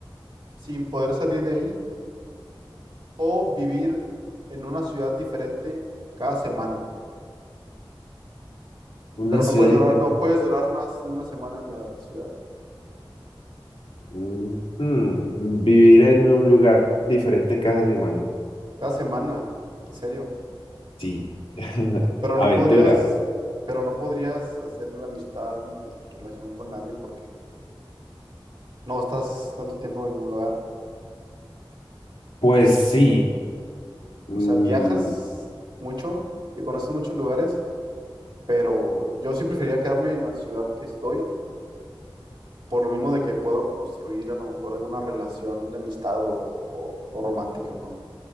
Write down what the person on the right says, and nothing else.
sin poder salir de ahí o vivir en una ciudad diferente cada semana.
Pero
no puedes
durar, no puedes durar más de una semana en la ciudad.
Cada semana, en serio.
Pero no podrías,
pero no podrías hacer amistad ni relación con nadie porque no estás tanto tiempo en ningún lugar.
O sea, viajas mucho y conoces muchos lugares, pero yo sí preferiría quedarme en la ciudad que estoy, por lo mismo de que puedo construir a lo mejor alguna relación de amistad o, o- o romántica con,